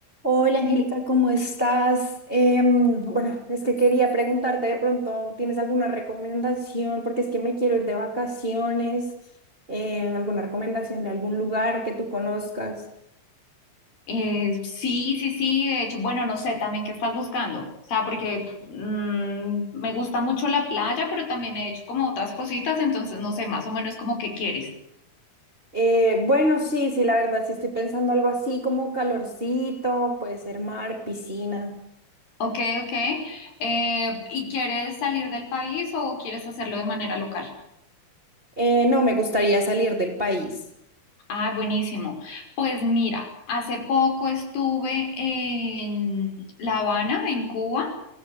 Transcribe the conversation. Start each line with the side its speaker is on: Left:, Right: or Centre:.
Right: Hola Angélica, ¿cómo estás? Em, bueno, es que quería preguntarte de pronto, ¿tienes alguna recomendación? Porque es que me quiero ir de vacaciones, eh, alguna recomendación de algún lugar que tú conozcas.
Left: Eh, sí, sí, sí, de hecho, bueno, no sé también qué estás buscando, o sea, porque mm, me gusta mucho la playa, pero también he hecho como otras cositas, entonces no sé, más o menos como qué quieres.
Right: Eh, bueno, sí, sí, la verdad, sí estoy pensando algo así como calorcito, puede ser mar, piscina.
Left: Ok, ok. Eh, ¿y quieres salir del país o quieres hacerlo de manera local?
Right: Eh, no, me gustaría salir del país.
Left: Ah, buenísimo. Pues mira, hace poco estuve en La Habana, en Cuba.